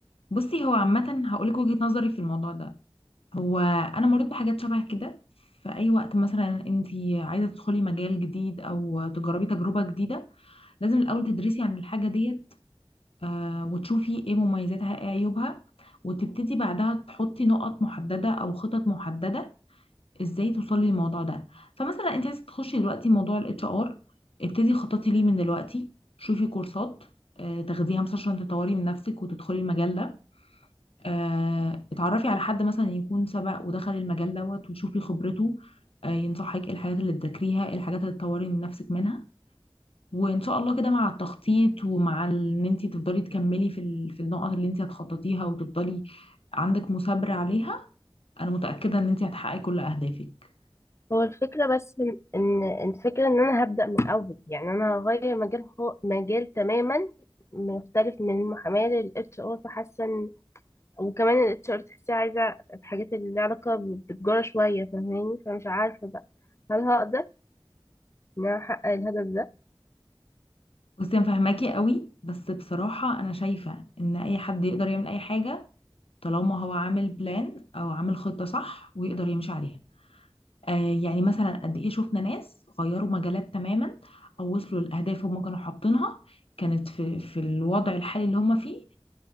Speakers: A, on the left; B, on the left.
A: بصي هو عامة هقولك وجهة نظري في الموضوع ده هو أنا مريت بحاجات شبه كده في أي وقت مثلا انتي عايزة تدخلي مجال جديد أو تجربي تجربة جديدة لازم الأول تدرسي عن الحاجة ديت آه، وتشوفي ايه مميزاتها ايه عيوبها وتبتدي بعدها تحطي نقط محددة أو خطط محددة ازاي توصلي للموضوع ده فمثلا انت عايزه تخشي دلوقتي موضوع الاتش ار ابتدي خططي ليه من دلوقتي شوفي كورسات آه، تاخديها مثلا عشان تطوري من نفسك وتدخلي المجال ده آه، اتعرفي على حد مثلا يكون سبق ودخل المجال دوت وشوفي خبرته آه، ينصحك ايه الحاجات اللي تذاكريها ايه الحاجات اللي تطوري من نفسك منها وان شاء الله كده مع التخطيط ومع ان انت تفضلي تكملي في ال- في النقط اللي انت هتخططيها وتفضلي عندك مثابرة عليها انا متأكدة ان انت هتحققي كل اهدافك
B: هو الفكره بس ان إن الفكره ان انا هبدا من الاول يعني انا هغير مجال هو مجال تماما مختلف من المحاماه للاتش ار فحاسه وكمان الاتش ار تحسيه عايزة الحاجات اللي لها علاقة بالتجارة شوية فاهماني فمش عارفة بقى هل هقدر ان انا احقق الهدف ده
A: بصي انا فاهماكي قوي بس بصراحة انا شايفة ان اي حد يقدر يعمل اي حاجة طالما هو عامل بلان او عامل خطة صح ويقدر يمشي عليها آه يعني مثلا قد ايه شفنا ناس غيروا مجالات تماما او وصلوا لاهداف هم كانوا حاطينها كانت في في الوضع الحالي اللي هم فيه